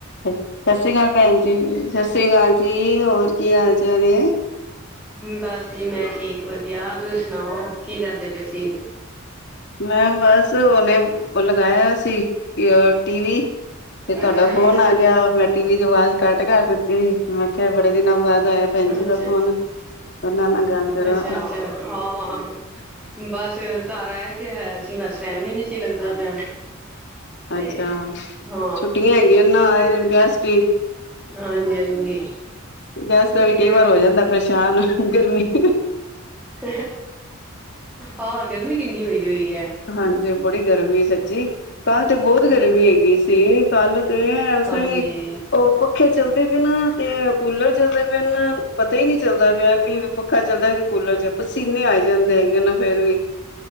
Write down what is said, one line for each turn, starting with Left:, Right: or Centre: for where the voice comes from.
Left: ਸਤਿ ਸ੍ਰੀ ਅਕਾਲ ਭੈਣ ਜੀ ਸਤਿ ਸ੍ਰੀ ਅਕਾਲ ਜੀ ਹੋਰ ਕੀ ਹਾਲ ਚਾਲ ਇਹ
Centre: ਬਸ ਜੀ ਮੈਂ ਠੀਕ ਵਧੀਆ ਤੁਸੀਂ ਸੁਣਾਓ। ਕੀ ਕਰਦੇ ਪਏ ਸੀ।
Left: ਮੈਂ ਬਸ ਹੁਣੇ ਲਗਾਇਆ ਸੀ ਕਿ ਟੀਵੀ ਤੇ ਤੁਹਾਡਾ
Centre: ਅੱਛਾ,
Left: ਫੋਨ
Centre: ਅੱਛਾ,
Left: ਆ ਗਿਆ ਮੈਂ ਟੀ ਵੀ ਦੀ ਆਵਾਜ਼ ਕੱਟ ਕਰ ਦਿੱਤੀ <unintelligible> ਮੈਂ ਕਿਹਾ ਬੜੇ ਦਿਨਾਂ ਬਾਅਦ ਆਯਾ ਭੈਨਜੀ
Centre: ਅੱਛਾ,
Left: ਦਾ ਫੋਨ। ਉਹਨਾਂ ਨਾਲ ਗੱਲ ਕਰਾਂ,
Centre: ਅੱਛਾ ਅੱਛਾ, ਹਾਂ, ਬਸ ਘਰ ਆਇਆ ਗਿਆ ਹੈਆ। ਬਸ ਟੈਮ ਹੀ ਨਹੀਂ ਸੀ ਲੱਗਦਾ ਪਿਆ। ਤੇ
Left: ਅੱਛਾ,
Centre: ਹਾਂ
Left: ਛੁੱਟੀਆਂ ਹੈਗੀਆਂ ਨਾਂ ਗੈਸਟ ਹੀ,
Centre: ਹਾਂਜੀ, ਹਾਂਜੀ
Left: ਗੈਸਟ
Centre: ਛੁੱਟੀਆਂ
Left: ਵੀ ਕਈ
Centre: ਏ।
Left: ਵਾਰ ਹੋ ਜਾਂਦਾ ਪਰੇਸ਼ਾਨ ਗਰਮੀ <inaudible>
Centre: <inaudible> ਹਾਂ ਗਰਮੀ ਕਿੰਨੀ ਹੋਈ ਹੋਈ ਹੈ।
Left: ਹਾਂਜੀ, ਬੜੀ ਗਰਮੀ ਸੀ। ਜੀ। ਕੱਲ ਤੇ ਬਹੁਤ ਗਰਮੀ
Centre: ਹਾਂ
Left: ਹੈਗੀ ਸੀ। ਕੱਲ। ਤੇ ਹੈ ਓਸ
Centre: ਹਾਂਜੀ
Left: ਰੈਈ, ਉਹ ਪੱਖੇ ਚੱਲਦੇ ਪਏ ਨ, ਤੇ ਕੂਲਰ ਚੱਲਦੇ ਪਏ ਨ, ਪਤਾ ਹੀ ਨਹੀਂ ਚੱਲਦਾ ਪਿਆ ਕਿ ਪ ਪੱਖਾਂ ਚੱਲਦਾ ਕਿ ਕੂਲਰ ਚ ਪਸੀਨੇ ਆਈ ਜਾਂਦੇ ਹੈਗੇ ਨਾ ਫੇਰ ਵੀ।